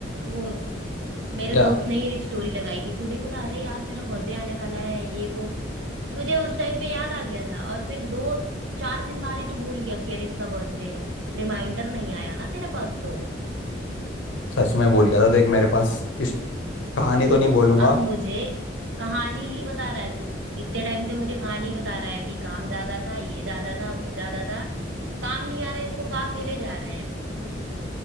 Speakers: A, on the right; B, on the left.
A: वो मेरे
B: क्या
A: दोस्त ने ही स्टोरी लगाई थी तूने बोला अरे यार तेरा बर्थडे आने वाला है ये वो तुझे उस टाइम पे याद आ गया था और फिर दो चार दिन बाद ही तू भूल गया कि अरे इसका बर्थडे है रिमाइंडर नहीं आया ना तेरे पास तो
B: सच में भूल गया था देख मेरे पास इस कहानी
A: तू
B: तो नहीं बोलूंगा
A: अब मुझे कहानी ही बता रहा है तू इतने टाइम से मुझे कहानी बता रहा है कि काम ज्यादा था ये ज्यादा था वो ज्यादा था काम नहीं आ रहा इसको काम मिले जा रहे हैं